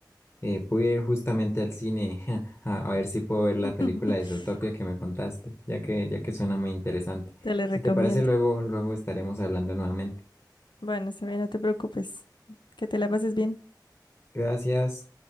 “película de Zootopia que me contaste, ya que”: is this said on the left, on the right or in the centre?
Left